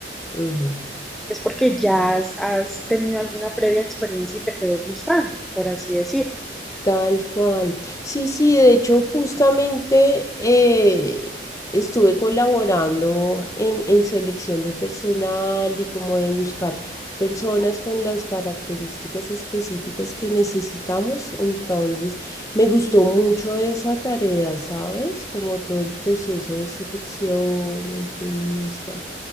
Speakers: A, on the left (about 20°); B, in the centre.
A: ujú.
B: Es porque ya has, has tenido alguna previa experiencia y te quedó gustando, por así decirlo.
A: Tal cual. Sí, sí, de hecho, justamente eh, estuve colaborando en, en selección de personal y como de buscar personas con las características específicas que necesitamos. Entonces, me gustó mucho esa tarea, ¿sabes? Como todo el proceso de selección, de entrevista.